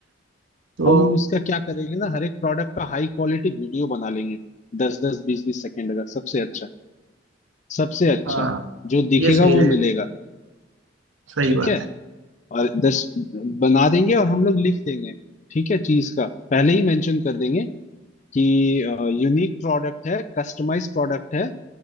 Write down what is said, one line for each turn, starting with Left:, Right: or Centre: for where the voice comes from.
Right: तो
Left: हम उसका क्या करेंगे ना हर एक प्रोडक्ट का हाई क्वालिटी वीडियो बना लेंगे दस दस बीस बीस सेकंड का सबसे अच्छा सबसे अच्छा
Right: हाँ
Left: जो दिखेगा
Right: ये सही रहेगा
Left: वो मिलेगा
Right: सही
Left: ठीक
Right: बात
Left: है
Right: है
Left: और दस बना देंगे और हम लोग लिख देंगे ठीक है चीज का पहले ही मेंशन कर देंगे कि यूनिक प्रोडक्ट है कस्टमाइज प्रोडक्ट है